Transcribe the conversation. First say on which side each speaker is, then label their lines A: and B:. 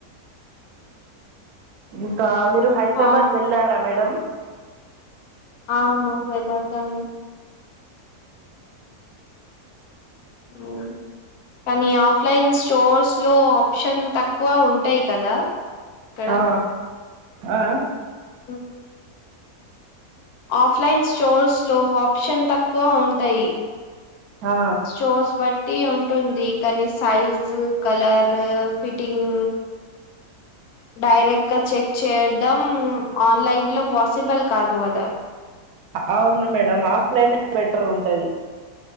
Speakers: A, on the right; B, on the left.
A: ఇంకా మీరు హైదరాబాద్
B: ఆ
A: వెళ్ళారా మేడం
B: అవును వెేళదామ్ ఆ కానీ ఆఫ్లైన్ స్టోర్స్ లో ఆప్షన్ తక్కువ ఉంటాయి కదా అక్కడ
A: ఆ ఆ
B: ఉ ఆఫ్లైన్ స్టోర్స్ లో ఆప్షన్ తక్కువ ఉంటాయి
A: ఆ
B: స్టోర్స్ బట్ బట్టి ఉంటుంది కానీ సైజు కలర్ ఫిట్టింగ్ డైరెక్ట్ కా చెక్ చేయడం ఆన్లైన్ లో పాసిబుల్ కాదు కదా
A: అవును మేడం ఆఫ్లైన్ ఎ బెటర్ ఉంటది